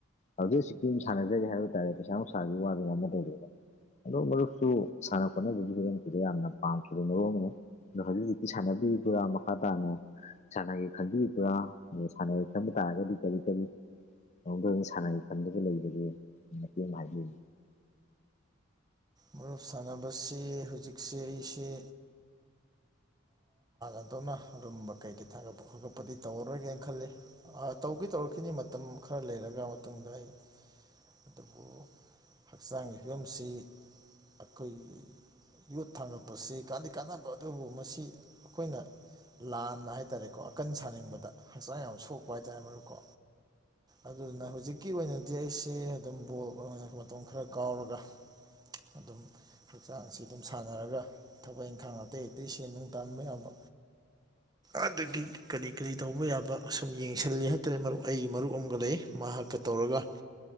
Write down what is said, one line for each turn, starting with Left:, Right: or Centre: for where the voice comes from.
Left: ꯍꯧꯖꯤꯛ ꯍꯧꯖꯤꯛꯀꯤꯝ ꯁꯥꯟꯅꯖꯔꯤ ꯍꯥꯏꯕ ꯇꯥꯔꯦ ꯄꯩꯁꯥ ꯆ ꯋꯥ ꯃ ꯑ ꯃꯔꯨꯞꯁꯨ ꯁꯥꯟꯅ ꯈꯣꯠꯅꯕꯁꯨ ꯍꯤꯕꯝꯁꯤꯗ ꯌꯥꯝꯅ ꯄꯥꯝꯈꯤꯕꯗ ꯃꯔꯨꯞ ꯑꯃꯅꯦ ꯅꯣꯏ ꯑꯗꯨ ꯍꯧꯖꯤꯛꯇ ꯁꯥꯟꯅꯕꯤꯔꯤꯕ꯭ꯔꯥ ꯃꯈꯥ ꯇꯥꯅ ꯁꯥꯟꯅꯒꯒꯤ ꯈꯟꯕꯤꯔꯤꯕ꯭ꯔꯥ ꯑ ꯁꯥꯟꯅꯒꯦ ꯈꯟꯕ ꯇꯥꯔꯒꯗꯤ ꯀꯔꯤ ꯀꯔꯤ ꯃꯗ ꯑꯣꯏꯅ ꯁꯥꯟꯅꯒꯤ ꯃꯇꯝꯗꯨꯗ ꯂꯩꯕꯒꯦ ꯃꯇꯦꯡ ꯑꯃ ꯍꯥꯏꯕꯤꯌꯨꯨ
Right: ꯃꯔꯨꯞ ꯁꯥꯟꯅꯕꯁꯤ ꯍꯧꯖꯤꯛꯁꯤꯦ ꯑꯩꯁꯤꯦ ꯀꯗꯧꯅ ꯑꯗꯨꯝꯕ ꯀꯩꯀꯩ ꯊꯥꯒꯠꯄ ꯈꯣꯠꯀꯠꯄꯗꯤ ꯇꯧꯔꯔꯣꯏꯒꯦꯅ ꯈꯜꯂꯤ ꯇꯧꯒꯦ ꯇꯧꯔꯛꯈꯤꯅꯤ ꯃꯇꯝ ꯈꯔ ꯂꯩꯔ ꯃꯇꯨꯡꯗ ꯑꯩ ꯑꯗꯨꯕꯨ ꯍꯛꯆꯥꯡꯒꯤ ꯐꯤꯕꯝꯁꯤ ꯑꯩꯈꯣꯏꯒꯤ ꯌꯣꯠ ꯊꯥꯡꯉꯛꯄꯁꯤ ꯀꯥꯟ ꯀꯥꯟꯅꯕ ꯑꯗꯨ ꯑꯁꯤ ꯑꯩꯈꯣꯏꯅ ꯂꯥꯟꯅ ꯍꯥꯏ ꯇꯔꯦꯀꯣ ꯑꯀꯟ ꯁꯥꯅꯤꯡꯕꯗ ꯍꯛꯆꯥꯡ ꯌꯥꯝ ꯁꯣꯛꯄ ꯍꯥꯏꯇꯥꯔꯦ ꯃꯔꯨꯀꯣ ꯑꯗꯨꯗꯨꯅ ꯍꯧꯖꯤꯛꯀꯤ ꯑꯣꯏꯅꯗꯤ ꯑꯩꯁꯦ ꯑꯗꯨꯝ ꯕꯣꯜ ꯑꯣꯏꯅ ꯃꯇꯝ ꯈꯔ ꯀꯥꯎꯔꯒ ꯑꯗꯨꯝ ꯍꯛꯆꯥꯡꯁꯤ ꯑꯗꯨꯝ ꯁꯥꯟꯅꯔꯒ ꯊꯕꯛ ꯏꯪꯈꯥꯡ ꯑꯇꯩ ꯑꯇꯩꯁꯤꯡ ꯆꯦ ꯅꯨꯡ ꯇꯥꯝꯕ ꯌꯥꯕ ꯑꯗꯒꯤ ꯀꯔꯤ ꯀꯔꯤ ꯇꯧꯕ ꯌꯥꯕ ꯁꯨꯝ ꯌꯦꯡꯁꯤꯜꯂꯤ ꯍꯥꯏꯇꯥ꯭ꯔꯦ ꯃꯔꯨꯞ ꯑꯩꯒꯤ ꯃꯔꯨꯞ ꯑꯃꯒ ꯂꯩ ꯃꯍꯥꯛꯀ ꯇꯧꯔꯒ